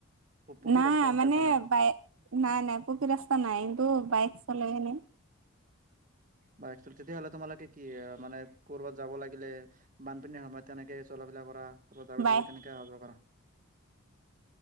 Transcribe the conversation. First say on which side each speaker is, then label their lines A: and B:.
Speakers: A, on the right; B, on the right.
A: প পকী
B: নাই
A: ৰাস্তা চাস্তা
B: মানে,
A: একো নাই
B: বাই নাই নাই পকী ৰাস্তা নাই কিন্তু বাইক। চলে এনেই
A: বাইক চলোৱা তেতিয়াহ'লে তোমালোকে কি মানে কৰোত যাব লাগিলে বানপানীৰ সময়ত তেনেকে চল। বাত যাব
B: বাইক
A: ললে কেনেকে হ কৰা। <unintelligible>